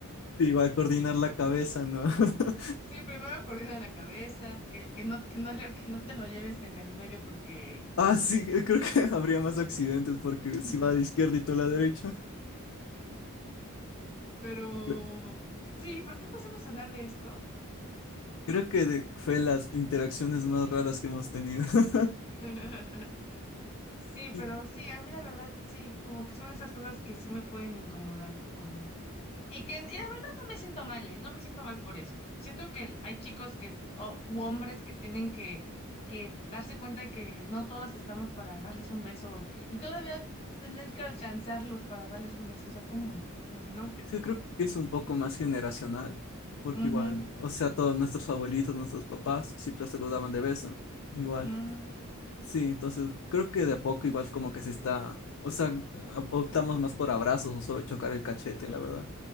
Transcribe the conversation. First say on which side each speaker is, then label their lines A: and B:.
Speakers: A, on the left; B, on the left.
A: Sí, va a coordinar
B: <laughs>
A: la cabeza, ¿no? <laughs>
B: Sí, primero coordina la cabeza, que, que no, que no, le- que no te lo lleves en el medio porque...
A: Ah, sí, eh, creo que <laughs> habría más accidentes porque
B: <laughs>
A: si va a la izquierda y tú a la derecha.
B: Pero
A: Creo
B: sí, ¿por qué empezamos a hablar de esto?
A: creo que de- fue las interacciones más raras que hemos tenido. <laughs>
B: <laughs> Sí, pero
A: Y
B: sí, a mí la verdad sí, como que son esas cosas que sí me pueden incomodar, como... Y que, y la verdad no me siento mal, ¿eh? No me siento mal por eso. Siento que hay chicos que, o u hombres que tienen que, que darse cuenta que no todas estamos para darles un beso y todavía tener que alcanzarlos para darles un beso, o sea, ¿cómo? Como que no.
A: es que creo que es un poco más generacional, porque
B: Ujú.
A: igual, o sea, todos nuestros abuelitos, nuestros papás siempre saludaban de beso, igual.
B: Mm,
A: Sí, entonces creo que de a poco igual como que se está, o sea, a- optamos más por abrazos o solo chocar el cachete, la verdad.